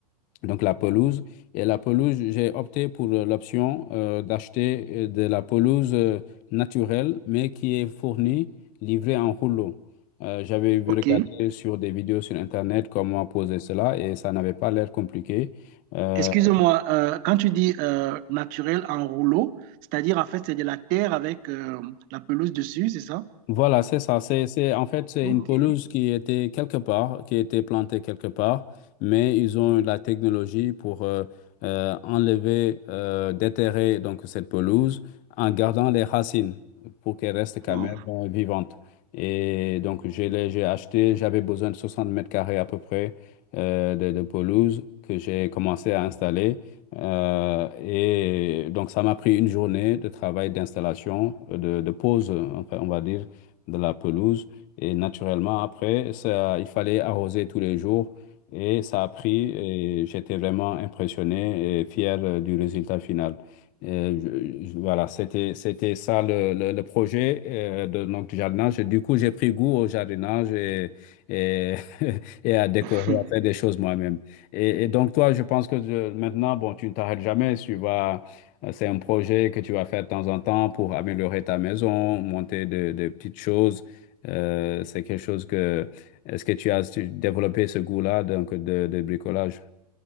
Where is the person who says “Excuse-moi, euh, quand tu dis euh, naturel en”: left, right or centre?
Right